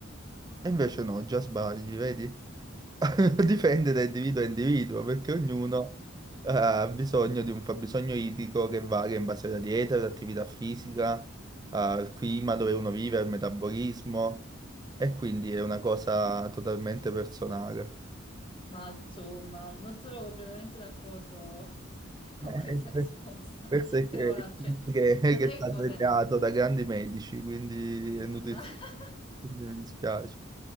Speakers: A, on the right (about 20°); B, on the left (about 25°).
A: E invece no, già sbagli, vedi? <laughs> Dipende da individuo a individuo, perché ognuno eh, ha bisogno di un fabbisogno idrico che varia in base alla dieta, all'attività fisica, eh, al clima dove uno vive, al metabolismo, e quindi è una cosa totalmente personale.
B: Ma insomma, non sono completamente d'accordo <laughs> con
A: Eh,
B: questa risposta,
A: per- Questo
B: <laughs>
A: è che,
B: però la c'è.
A: che- che
B: No,
A: è
B: sai
A: stato
B: che cos'è?
A: ideato da grandi medici, quindi è nutrizio.
B: <laughs>
A: Quindi mi dispiace.